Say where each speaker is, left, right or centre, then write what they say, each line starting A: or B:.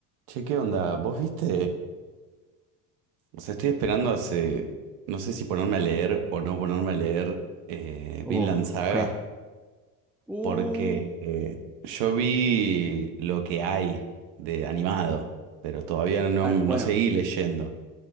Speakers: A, on the right; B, in the centre.
A: Che, ¿qué onda? ¿Vos viste? O sea, estoy esperando hace... No sé si ponerme a leer o no ponerme a leer eh,
B: Uh,
A: Vinland Saga,
B: ¿qué? Uh,
A: porque eh, yo vi lo que hay de animado, pero todavía no,
B: claro,
A: no
B: bueno,
A: seguí leyendo,